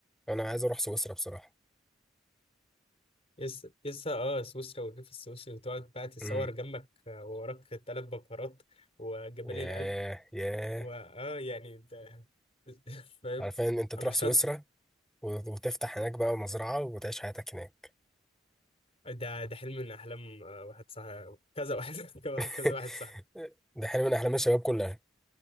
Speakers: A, in the centre; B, on the left (about 35°).
A: أنا عايز أروح سويسرا بصراحة
B: يس يس اه سويسرا والريف السويسري وتقعد بقى تتصور
A: امم
B: جنبك آه، ووراك تلات بكرات وجبالي
A: ياه
B: الألب
A: ياه
B: واه يعني ده <laughs> فاهم
A: عارفين أنت تروح
B: أنا مش
A: سويسرا
B: شرط
A: وت- وتفتح هناك بقى مزرعة وتعيش حياتك هناك
B: ده ده حلم من احلام آه، واحد صاحبي كذا واحد <laughs>
A: <laughs>
B: كذا واحد صاحبي
A: ده حلم من أحلام الشباب كلها